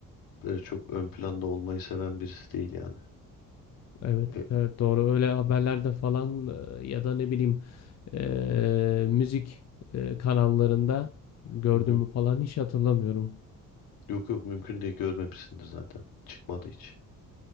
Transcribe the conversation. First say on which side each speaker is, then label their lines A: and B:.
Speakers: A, on the left; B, on the left.
A: böyle çok ön planda olmayı seven birisi değil yani.
B: evet
A: E,
B: evet doğru öyle haberlerde falan e, ya da ne bileyim e, müzik e, kanallarında gördüğümü
A: hı hı.
B: falan hiç hatırlamıyorum.
A: Yok yok mümkün değil görmemişsindir zaten. Çıkmadı hiç.